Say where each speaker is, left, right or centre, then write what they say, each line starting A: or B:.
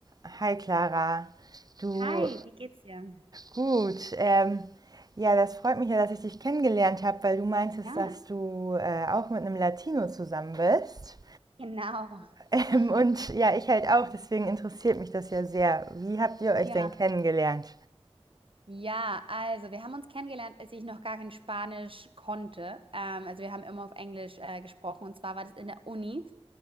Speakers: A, on the right (about 40°); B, on the right (about 60°).
A: Hi Clara, du
B: Hi, wie geht's dir?
A: gut. Ähm, ja, das freut mich ja, dass ich dich kennengelernt habe, weil du meintest,
B: Ja,
A: dass du äh, auch mit einem Latino zusammen bist.
B: Genau.
A: Ähm,
B: <laughs>
A: und ja, ich halt auch, deswegen interessiert mich das ja sehr. Wie habt ihr euch
B: Ja,
A: denn kennengelernt?
B: ja, also wir haben uns kennengelernt, als ich noch gar kein Spanisch konnte. Ähm, also wir haben immer auf Englisch äh, gesprochen und zwar war das in der Uni.